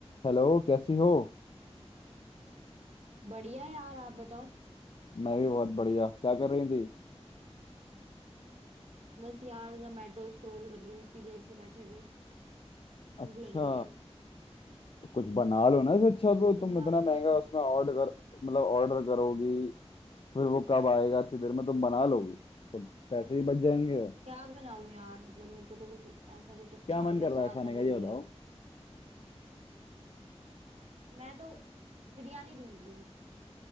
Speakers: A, on the left (about 55°); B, on the right (about 70°).
A: Hello कैसी हो
B: बढ़िया है यार आप बताओ
A: मैं भी बहुत बढ़िया क्या कर रही थी
B: बस यार जोमेटो स्क्रॉल कर रही हूँ इतनी देर से बैठे हुए
A: अच्छा
B: भूख लग रही है
A: तो कुछ बना लो ना इससे अच्छा
B: समझ
A: तो तुम
B: नहीं आ
A: इतना
B: रहा
A: महंगा
B: क्या करूँ
A: उसमें ऑर्डर कर मतलब ऑर्डर करोगी फिर वो कब आएगा इतनी देर में तुम बना लोगी तो पैसे ही बच जाएंगे
B: क्या बनाऊं यार मतलब मेरे को तो कुछ ऐसा कुछ अच्छा
A: क्या मन
B: वैसा
A: कर रहा है
B: आता
A: खाने
B: भी
A: का
B: नहीं
A: ये बताओ
B: है मैं तो बिरयानी ढूंढ रही हूँ